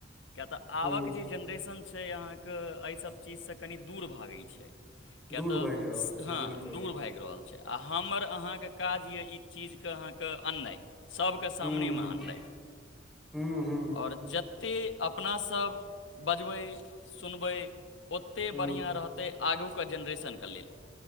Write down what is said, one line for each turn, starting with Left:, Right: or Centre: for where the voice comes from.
Left: <inaudible> किएक तऽ आबक
Centre: हूँ
Left: जे जेनरेशन छै अहाँके एहिसभ चीजसँ कनि दूर भागैत छै किए
Centre: दूर
Left: तऽ
Centre: भागि रहल छै
Left: हँ
Centre: बिलकुल
Left: दुर भागि रहल आ हमर अहाँके काज य ई चीजके अहाँके अननाइ सभके सामनेमे
Centre: हूँ हूँ
Left: आननाइ
Centre: हूँ हूँ
Left: आओर जत जतेक अपनास बजबै सुनबै ओतेक बढ़ियां
Centre: हूँ
Left: रहतै आगूके जेनरेशनके लेल